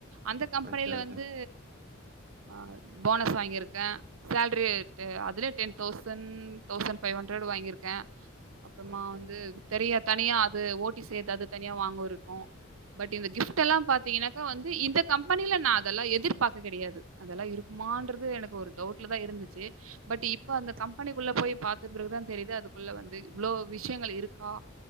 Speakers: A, on the right; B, on the right.
A: அந்த கம்பெனில
B: ஓகே ஓகே
A: வந்து ஆ போனஸ் வாங்கியிருக்கே சேல்ரி டெ அதுல ten thousand thousand five hundred வாங்கிருக்கே அப்றமா
B: ஓகே.
A: வந்து தெரியா தனியா அது ஓடி சேத்து அது தனியா வாங்கருக்கு பட் இந்த கிஃப்ட்டெல்லா பாத்தீங்னாக்கா வந்து இந்த கம்பெனில நா அதெல்லா எதிர்பாக்க கெடயாது அதெல்லா இருக்குமான்றது எனக்கு ஒரு டவுட்ல தா இருந்துச்சு பட் இப்ப
B: ம்.
A: அந்த கம்பெனிக்குள்ள போய் பாத்த பிறகுதா தெரிது அதுக்குள்ள வந்து இவ்ளோ விஷ்யங்கள் இருக்கா